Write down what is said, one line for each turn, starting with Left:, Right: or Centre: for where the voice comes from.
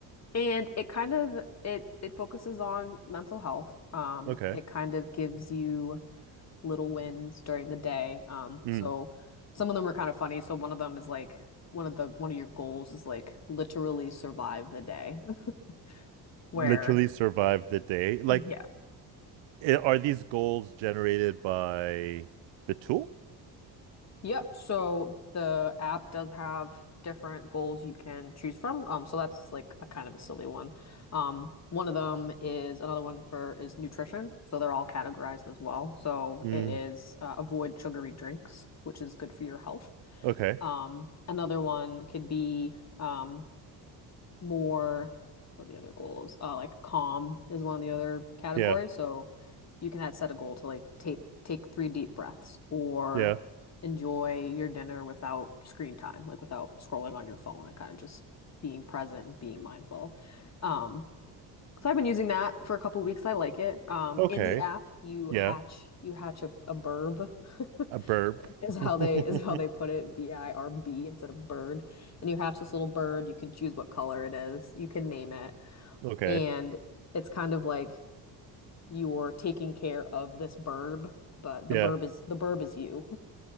Left: and it kind of it it focuses on mental health. Um,
Right: Okay.
Left: it kind of gives you little wins during the day. Um,
Right: Mm.
Left: so some of them are kind of funny. So one of them is like one of the one of your goals is like literally survive the day, <laughs> where.
Right: Literally survive the day. Like,
Left: Yeah.
Right: i- are these goals generated by the tool?
Left: Yep. So the app does have different goals you can choose from. Um, so that's like a kind of a silly one. Um, one of them is another one for is nutrition. So they're all categorized as well. So
Right: Mm,
Left: it is uh, avoid sugary drinks, which is good for your health.
Right: okay.
Left: Um, another one could be um, more what are the other goals? Uh, like calm is one of the other categories.
Right: Yeah.
Left: So you can have set a goal to like take take three deep breaths or
Right: Yeah.
Left: enjoy your dinner without screen time, like without scrolling on your phone and kind of just being present and being mindful. Um, so I've been using that for a couple weeks. I like it. Um,
Right: Okay.
Left: in the app, you
Right: Yeah.
Left: hatch you hatch a, a burb
Right: A
Left: <laughs>
Right: burp.
Left: is how
Right: <laughs>
Left: they is how they put it. B-I-R-B instead of bird. And you hatch this little bird. You can choose what color it is. You can name it.
Right: Okay.
Left: And it's kind of like you're taking care of this burb, but the
Right: Yeah.
Left: burb is the burb is you.